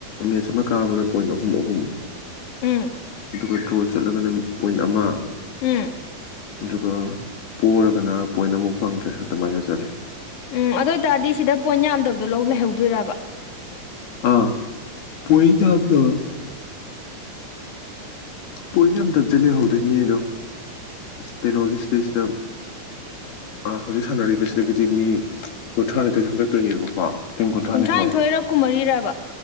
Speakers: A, on the left; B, on the left.
A: ꯃꯦꯠꯆ ꯑꯃ ꯀꯥꯕꯗ ꯄꯣꯏꯟ ꯑꯍꯨꯝ ꯑꯍꯨꯝ
B: ꯎꯝ
A: ꯑꯗꯨꯒ ꯗ꯭ꯔꯣ ꯆꯠꯂꯒꯅ ꯄꯣꯏꯟ ꯑꯃ
B: ꯎꯝ
A: ꯑꯗꯨꯒ ꯄꯣꯔꯒꯅ ꯄꯣꯏꯟ ꯑꯃꯨꯛ ꯐꯪꯗ꯭ꯔꯦ ꯑꯗꯨꯃꯥꯏꯅ ꯆꯠꯂꯤ
B: ꯎꯝ ꯑꯗꯨ ꯑꯣꯏꯇꯥꯔꯗꯤ ꯁꯤꯗ ꯄꯣꯏꯟ ꯌꯥꯝꯗꯕꯗꯣ ꯂꯧ ꯂꯩꯍꯧꯗꯣꯏꯔꯕ
A: ꯑꯥ ꯄꯣꯏꯟ ꯌꯥꯝꯗꯕ ꯄꯣꯏꯟ ꯌꯥꯝ ꯗꯕꯁꯦ ꯂꯩꯍꯧꯗꯣꯏꯅꯦ ꯑꯗꯣ ꯀꯩꯅꯣꯒꯤ ꯁꯤꯗꯩꯁꯤꯗ ꯍꯧꯖꯤꯛ ꯁꯥꯟꯅꯔꯤꯕꯁꯤꯗꯒꯤꯗꯤ ꯃꯤ ꯀꯨꯟꯊ꯭ꯔꯥꯅꯤꯊꯣꯏ ꯈꯟꯒꯠꯇꯣꯏꯅꯦꯕꯀꯣ ꯇꯤꯝ ꯀꯨꯟꯊꯔ꯭ꯥꯅꯤꯊꯣꯏ
B: ꯀꯨꯟꯊ꯭ꯔꯥꯅꯤꯊꯣꯏꯔ ꯀꯨꯝꯃꯔꯤꯔꯕ